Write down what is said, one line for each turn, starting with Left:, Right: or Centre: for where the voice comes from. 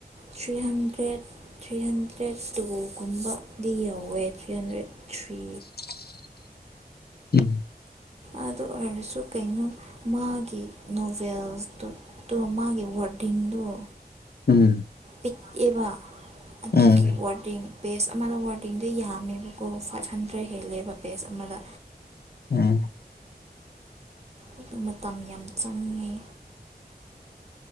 Right: ꯊ꯭ꯔꯤ ꯍꯟꯗ꯭ꯔꯦꯠ ꯊ꯭ꯔꯤ ꯍꯟꯗ꯭ꯔꯦꯠ ꯇꯨꯒꯨꯝꯕꯗꯤ ꯌꯧꯋꯦ ꯊ꯭ꯔꯤ ꯍꯟꯗ꯭ꯔꯦꯠ ꯊ꯭ꯔꯤ
Left: <inaudible> ꯎꯝ
Right: ꯑꯗꯨ ꯑꯣꯏꯔꯁꯨ ꯀꯩꯅꯣ ꯃꯥꯒꯤ ꯅꯣꯚꯦꯜꯇꯣ ꯃꯥꯒꯤ ꯋꯥꯔ ꯑꯔꯇꯤꯡꯗ
Left: ꯎꯝ
Right: ꯄꯤꯛꯑꯕ ꯑꯗꯨꯒꯤ
Left: ꯎꯝ
Right: ꯋꯥꯔꯗꯤꯡ ꯄꯦꯖ ꯑꯃꯗ ꯋꯥꯔꯗꯤꯡꯗꯤ ꯌꯥꯝꯃꯦꯕꯀꯣ ꯐꯥꯏꯚ ꯍꯟꯗ꯭ꯔꯦꯗ ꯍꯦꯜꯂꯦꯕ ꯄꯦꯖ ꯑꯃꯗ
Left: ꯎꯝ
Right: ꯑꯗꯨ ꯃꯇꯝ ꯌꯥꯝ ꯆꯪꯉꯤ